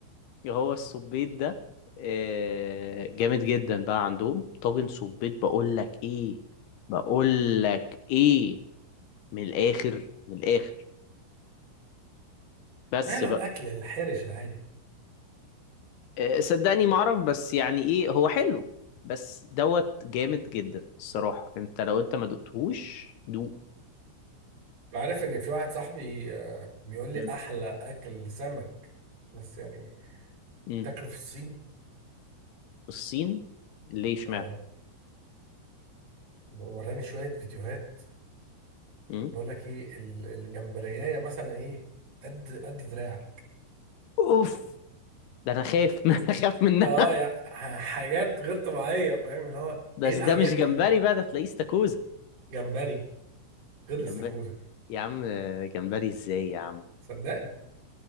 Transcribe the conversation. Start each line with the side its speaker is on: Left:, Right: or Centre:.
Left: هو الصبيت ده آه، جامد جدا بقى عندهم طاجن صبيت بقول لك ايه بقول لك ايه من الاخر من الاخر بس
Right: ماله
Left: بقى
Right: الاكل الحرش العادي
Left: آه، صدقني ما اعرف بس يعني ايه هو حلو بس دوت جامد جدا الصراحة انت لو انت ما دقتهوش دوق
Right: بعرف ان في واحد صاحبي آه، بيقول لي
Left: مم.
Right: احلى اكل سمك بس يعني
Left: مم.
Right: تاكله في الصين
Left: الصين ليه اشمعنى
Right: اه وراني شويه فيديوهات
Left: مم.
Right: بقول لك ايه ال- الجمبريايه مثلا ايه قد قد دراع
Left: اوف ده انا خايف <laughs> ما انا خايف منها
Right: اه يا ح- حاجات غير طبيعيه فاهم اللي هو
Left: بس
Right: ايه الاحيان
Left: ده مش جمبري
Right: دي
Left: بقى ده تلاقيه استاكوزا
Right: جمبري غير الاستاكوزا
Left: جمبري يا عم آه، جمبري ازاي يا عم
Right: صدقني